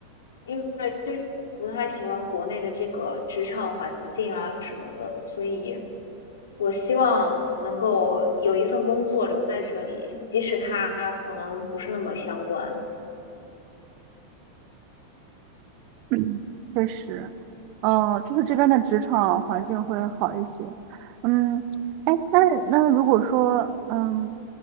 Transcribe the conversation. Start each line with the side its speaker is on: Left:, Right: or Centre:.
Left: 因为就是不太喜欢国内的这个职场环境啊什么的，所以我希望能够有一份工作留在这里，即使它可能不是那么相关。
Right: <coughs> 嗯确实，呃，就是这边的职场环境会好一些。嗯，哎，那那如果说，嗯